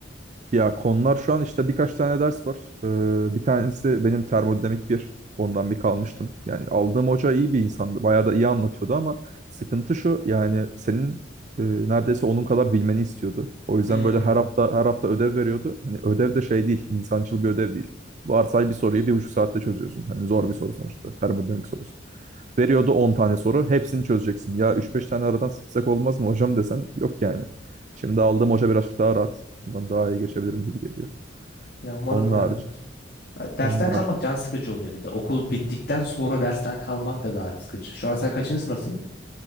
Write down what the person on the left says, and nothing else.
Hmm.
Ya umarım
ya.
Ya Dersten
kalmak can sıkıcı oluyor bir de. Okul bittikten sonra dersten kalmak da daha sıkıcı. Şu an sen kaçıncı sınıfsın?